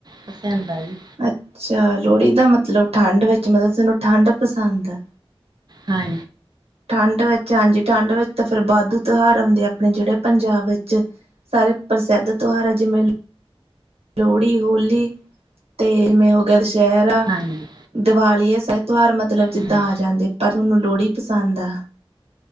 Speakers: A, on the right; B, on the right.
A: ਪਸੰਦ ਆ ਜੀ।
B: ਅੱਚਾ ਲੋਹੜੀ ਦਾ ਮਤਲਬ ਠੰਡ ਵਿੱਚ ਮਤਲਬ ਥੋਨੂੰ ਠੰਡ ਪਸੰਦ ਆ।
A: ਹਾਂ
B: ਠੰਡ ਵਿੱਚ ਹਾਂਜੀ ਠੰਡ ਵਿੱਚ ਤਾਂ ਫਿਰ ਵਾਧੂ ਤਿਉਹਾਰ ਆਉਂਦੇ ਆ ਆਪਣੇ ਜੇੜੇ ਪੰਜਾਬ ਵਿੱਚ। ਸਾਰੇ ਪ੍ਰਸਿੱਧ ਤਿਉਹਾਰ ਆ ਜਿਮੇਂ ਲੋਹੜੀ, ਹੋਲੀ ਤੇ ਮੇ ਹੋ ਗਿਆ ਦਸਹਿਰਾ।
A: ਹਾਂਜੀ
B: ਦੀਵਾਲੀ ਏ ਸ ਤਿਉਹਾਰ ਮਤਲਬ ਜਿੱਦਾਂ
A: ਹਾਂਜੀ
B: ਆ ਜਾਂਦੇ ਪਰ ਥੋਨੂੰ ਲੋਹੜੀ ਪਸੰਦ ਆ।